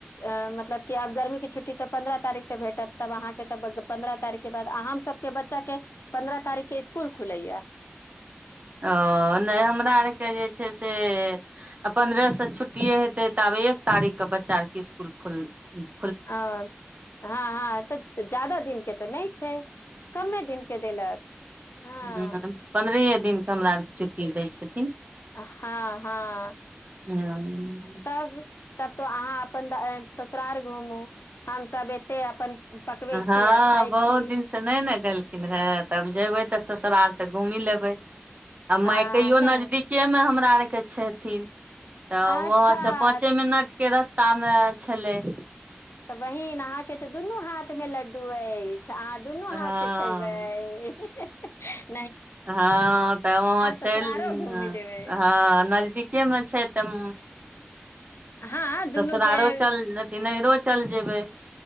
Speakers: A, on the left; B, on the right.
A: अ मतलब कि आब गर्मी के छुट्टी तऽ पन्द्रह तारीख से भेटत तब अहाँके तब पन्द्रह तारीखके बाद हमसभके बच्चाके पन्द्रह तारीखके इसकुल खुलैया
B: ओ नहि हमरा आरके जे छै से से पन्द्रह से छुट्टीे हेते त आब एक तारीख के बच्चा आर के स्सकूल खोल
A: आ हँ हँ तऽ ज्यादा दिनके तऽ नहि छै कमे दिनके देलक हँ
B: ह पन्द्रह ह दिननक हमरा आर के छुट्टी दै छथिन
A: हँ हँ
B: हँ
A: तब तब तो अहाँ अपन ससुराल घूमू हमसभ एते अपन पकबै
B: हँ
A: छी आ खाइ
B: बहुत
A: छी
B: दिनसँ नहि ने गेलखिन रहे तब जयबै त ससुराल त घूमी लेबे आ
A: हँ
B: मायकयो
A: नहि
B: नजदीके में हमरा कके छथिन तऽ
A: अच्छा
B: वहाँ से पाँचे मिनट के रास्ता मे छलै
A: तऽ बहिन अहाँ कें त दुनू हाथ में लड्डू तू ऐ अच्छा अहाँ दुनू
B: हँ
A: हाथ से खयबै ह
B: हँ तऽ वहाँ चलि
A: ससुरारो घूमि लेबै
B: हँ नजदीके में छै तऽ
A: हँ दुनू
B: ससुरालो
A: के
B: चल हेतैक नहिरो चल जेबै